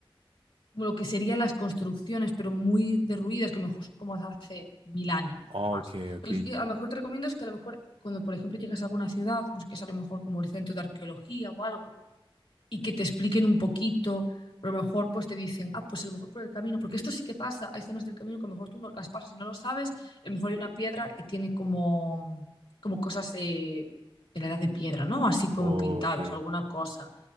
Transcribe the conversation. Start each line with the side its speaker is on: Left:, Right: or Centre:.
Left: Como lo que serían las construcciones, pero muy derruidas, que a lo mejor son como de hace mil años
Right: Ah,
Left: más.
Right: Ok, ok,
Left: Lo que a lo mejor te recomiendo es que a lo mejor cuando, por ejemplo, llegas a alguna ciudad, busques a lo mejor como el centro de arqueología o algo y que te expliquen un poquito. Pero a lo mejor pues te dicen, ah, pues a lo mejor por el camino, porque esto sí que pasa, hay zonas del camino que a lo mejor tú no las pasas y no lo sabes, a lo mejor hay una piedra que tiene como, como cosas eh, de la edad de piedra, ¿no? Así como
Right: ok.
Left: pintadas o alguna cosa.